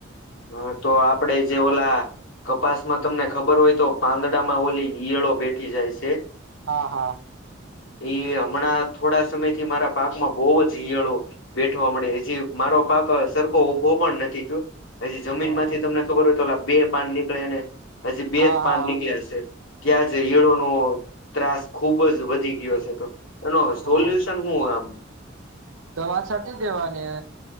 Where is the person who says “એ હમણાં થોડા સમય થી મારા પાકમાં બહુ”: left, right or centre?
Left